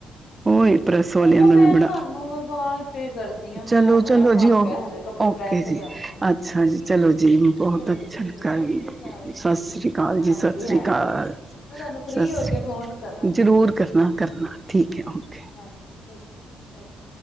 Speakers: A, on the right; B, on the left.
A: ਉਹੀ ਪ੍ਰੈਸ
B: ਚਲੋ
A: ਵਾਲਿਆਂ ਦਾ
B: ਮੈਂ
A: ਵੀ ਬੜਾ
B: ਨਾ ਤੁਆਨੂੰ ਬਾਦ ਚੇ ਕਰ ਆ ਮੈਂ
A: ਚਲੋ
B: ਬੜਾ
A: ਚਲੋ
B: ਕੰਮ
A: ਜੀ
B: ਪਿਆ ਹਲੇ ਕੱਪੜੇ
A: ਓਕੇ
B: ਪ੍ਰੈਸ
A: ਜੀ
B: ਕਰਨੇ ਆ, ਹਾਂਜੀ-ਹਾਂਜੀ।
A: ਅੱਛਾ ਜੀ ਚਲੋ ਜੀ ਬਹੁਤ
B: ਚਲੋ
A: ਅੱਛਾ
B: ਜੀ ਠੀਕ
A: ਲੱਗਾ
B: ਐ, ਸਸ ਸ੍ਰੀ ਕਾਲ
A: ਸਤਿ
B: ਜੀ।
A: ਸ੍ਰੀ ਅਕਾਲ
B: ਹਾਂਜੀ-ਹਾਂਜੀ।
A: ਜੀ ਸਤਿ ਸ੍ਰੀ ਅਕਾਲ
B: ਮੈਂ ਤੁਹਾਨੂੰ ਫ੍ਰਰੀ
A: ਸਤਿ
B: ਹੋ
A: ਸ੍ਰੀ
B: ਕੇ ਫੋਨ ਕਰਾਂਗੀ।
A: ਜ਼ਰੂਰ
B: ਠੀਕ ਐ
A: ਕਰਨਾ
B: ਜੀ,
A: ਕਰਨਾ
B: ਸਸ ਸ਼੍ਰੀ
A: ਠੀਕ
B: ਕਾਲ।
A: ਹੈ ਓਕੇ
B: ਹਾਂਜੀ ਸਸ ਸ਼੍ਰੀ ਕਾਲ, ਓਕੇ।